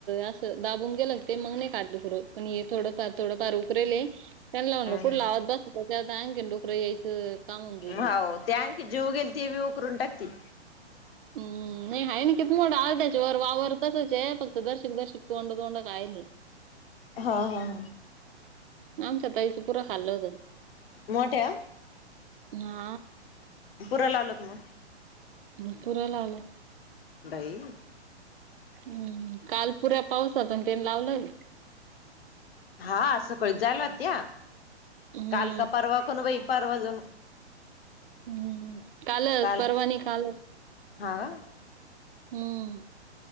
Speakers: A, on the right; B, on the left.
A: असं दाबून गेलं क ते मग नाही खात गुर. आणि हे थोडंफार थोडंफार उकरेल हे त्यानं म्हणल
B: हम्म
A: कुढे लावावत. त्याच्यात आणखीन दुखणं यायचं काम होऊन जाईन
B: होव
A: ते.
B: त्या आणखी जेऊ गेल ती बी उकरून टाकतील.
A: ऊ ऊ ऊ नाही आहे ना किती मोठं अर्ध्याचा वर वावर तसंच हे फक्त गडतोंड तोंड कायेल हे.
B: हा हा हा.
A: आमच्या ताईच पूर खाल्ल होतन.
B: मोठ्या
A: हा
B: पुरा लावलात मग?
A: मग पुरा लावलं
B: बाई
A: हम्म, काल पुऱ्या पाऊस होता आणि तेनं लावलं
B: हा सकाळी जायलागत्या
A: हम्म.
B: <inaudible> परवा कोण बई परवा जणु
A: हम्म हम. कालच
B: काल
A: परवा नई कालचं.
B: हा
A: हम्म.